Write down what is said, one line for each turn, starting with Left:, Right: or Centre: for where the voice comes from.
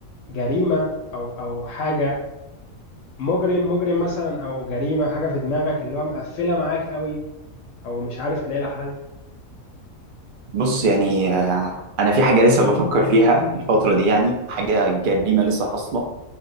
Left: جريمة أو أو حاجة مجرم مجرم مثلا أو جريمة حاجة في دماغك اللي هو مقفلة معاك أوي أو مش عارف تلاقي لها حل
Right: بص يعني آه، انا في حاجه لسه بفكر فيها الفتره دي يعني حاجه جريمه لسه حاصله